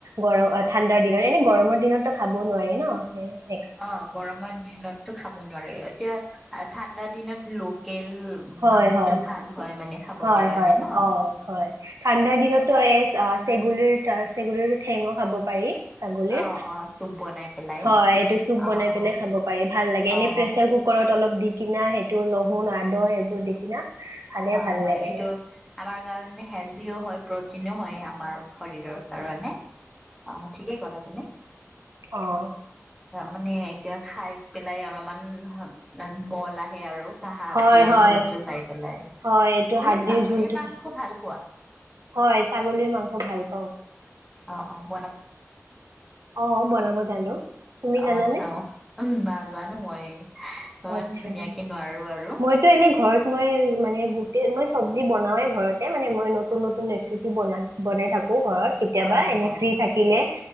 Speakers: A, on the right (about 80°); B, in the centre.
A: গৰম ঠাণ্ডাৰ দিনত এনে গৰমৰ দিনতো খাবও নোৱাৰি ন। স <unintelligible>
B: অঁ গৰমৰ দিনতো খাব নোৱাৰি, এতিয়া ঠাণ্ডা দিনত লোক তেল
A: হয়
B: মাংসটো
A: হয়
B: ভাল হয় মানে খাব,
A: হয়
B: কাৰণে
A: হয়
B: ন
A: অঁ হয় ঠাণ্ডাৰ দিনতো এই চেগুলীৰ চগ প ঠেঙো খাব পাৰি, ছাগলীৰ
B: অ অ অ চুপ বনাই পেলাই
A: হয় এইটো চুপ বনাই
B: অ অ
A: পেলাই খাব পাৰি ভাল লাগে এনে
B: অ
A: প্ৰেচাৰ কুকাৰত তলপ দি কিনা সেইটো লহুন আদহ সেইবোৰ দি কিনা খালে
B: হয়
A: ভাল
B: -হয়
A: লাগে
B: এইটো আমাৰ কাৰণে হেলডিও হয় প্ৰটিনো হয় আমাৰ শৰীৰৰ কাৰণে । অহ, ঠিকেই ক'লা তুমি।
A: অহ,
B: মানে এতিয়া খাই পেলাই অলমান গাত বল আহে আৰু হাদ্দিৰ
A: হয় হয়
B: জোলটো খাই পেলাই।
A: হয় এইটো
B: তুমি
A: হাদ্দিৰ
B: ছাগলীৰ
A: জুলটো
B: মাংস
A: খাই।
B: ভাল পোৱা।
A: হয় ছাগলীৰ মাংস ভাল।
B: <inaudible> অহ - অহ
A: অহ, বনাব জানো। তুমি
B: অহ,
A: জানানে
B: আচ্ছা অহ উম বা জানো মই। এ ইমান
A: আচ্ছা
B: ধুনীয়াকে নোৱাৰো। আৰু
A: মইতো এনে ঘৰত মই মানে গোটেই মই চব্জি বনাওেই ঘৰতে মানে মই নতুন- নতুন ৰেচিপি বনা বনাই থাকো ঘৰত । কেতিয়াবা
B: অ
A: এনে
B: অ
A: ফ্ৰী থাকিলে।